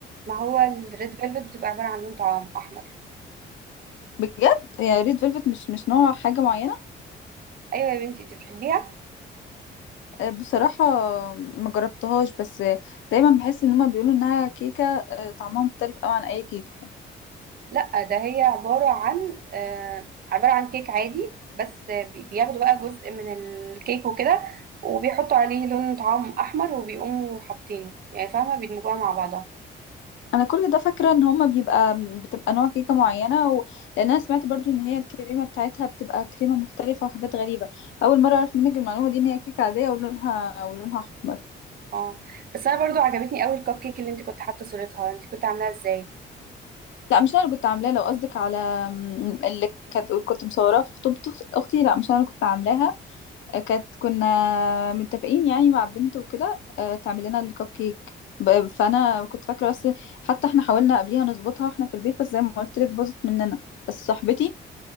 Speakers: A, on the right (about 50°); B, on the left (about 75°).
A: ما هو الريد فيلفت بتبقى عباره عن لون طعام احمر
B: بجد هي ريد فيلفت مش مش نوع حاجه معينه
A: ايوه يا بنتي انت بتحبيها
B: آه، بصراحه ما جربتهاش بس آه، دايما بحس ان هما بيقولوا انها كيكه آه، طعمها مختلف قوي عن اي كيكه
A: لا ده هي عبارة عن آه، عبارة عن كيك عادي بس بي- بياخدوا بقى جزء من الكيك وكده وبيحطوا عليه لون طعام أحمر وبيقوموا حاطينه يعني فاهمة بيدمجوها مع بعضها
B: انا كل ده فاكره ان هما بيبقى بتبقى نوع كيكه معينه و... لان انا سمعت برضو ان هي الكريمه بتاعتها بتبقى كريمه مختلفه وحاجات غريبه اول مره اعرف منك المعلومه دي ان هي كيكه عاديه ولونها ولونها احمر
A: اه بس أنا برضو عجبتني أوي الكب كيك اللي انت كنت حاطة صورتها انت كنت عاملاها ازاي
B: لا مش انا اللي كنت عاملاها لو قصدك على م، اللي كانت كنت مصوراها في خطوبه اختي لا مش انا اللي كنت عاملاها كانت كنا متفقين يعني مع بنت وكده آه، تعمل لنا الكب كيك ب- فانا كنت فاكره بس حتى احنا حاولنا قبليها نظبطها احنا في البيت بس زي ما قلت لك باظت مننا بس صاحبتي